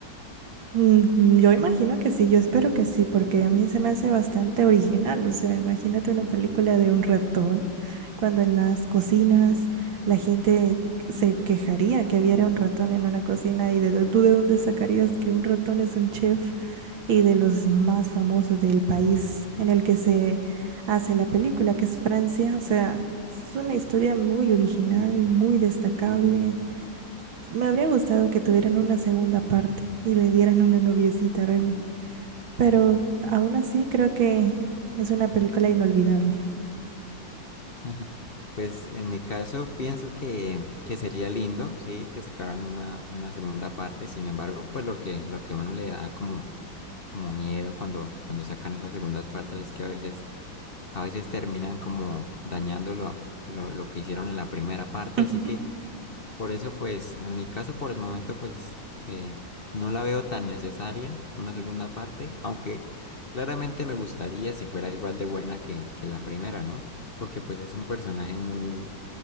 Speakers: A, on the right; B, on the left.
A: Mm, mm, Yo imagino que sí, yo espero que sí, porque a mí se me hace bastante original. O sea, imagínate una película de un ratón, cuando en las cocinas la gente se quejaría que hubiera un ratón en una cocina y de dó- tú de dónde sacarías que un ratón es un chef y de los más famosos del país en el que se hace la película, que es Francia. O sea, es una historia muy original, muy destacable. Me habría gustado que tuvieran una segunda parte y le dieran una noviecita a Remy, pero aún así creo que es una película inolvidable.
B: <laughs> Pues en mi caso pienso que, que sería lindo, sí, que sacaran una, una segunda parte. Sin embargo, pues lo que, lo que a uno le da como, como miedo cuando, cuando sacan esas segundas partes es que a veces, a veces terminan como dañando lo, lo, lo que hicieron en la primera parte.
A: <laughs>
B: Así que por eso, pues, en mi caso, por el momento, pues, eh, no la veo tan necesaria, una segunda parte, aunque claramente me gustaría si fuera igual de buena que, que la primera, ¿no? Porque pues es un personaje muy